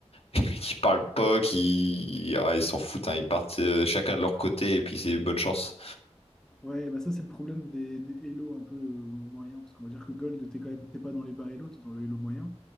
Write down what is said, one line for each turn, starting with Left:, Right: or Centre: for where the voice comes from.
Left: <laughs> Qui parlent pas, qui. Ah, ils s'en foutent, hein, Ils partent euh, chacun de leur côté et puis c'est bonne chance.
Centre: Ouais, bah ça, c'est le problème des, des Hello un peu euh, moyens, parce qu'on va dire que Gold, t'es quand même, t'es pas dans les bas Hello, t'es dans le Hello moyen.